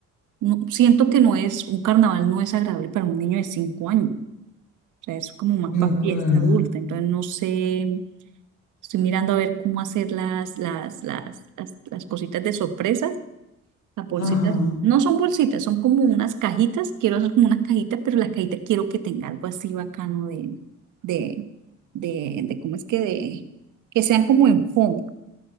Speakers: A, on the right (about 80°); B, on the left (about 80°).
A: no, no, siento que no es, un carnaval no es agradable para un niño de cinco años, o sea, es como más
B: de
A: para
B: acuerdo.
A: fiesta adulta, entonces no sé, estoy mirando a ver cómo hacer las, las, las, las, las cositas de sorpresas, las bolsitas,
B: Ajá.
A: no son bolsitas, son como unas cajitas, quiero hacer como unas cajitas, pero las cajitas quiero que tenga algo así bacano de, de, de, de, ¿cómo es que de, que sean como en fondo?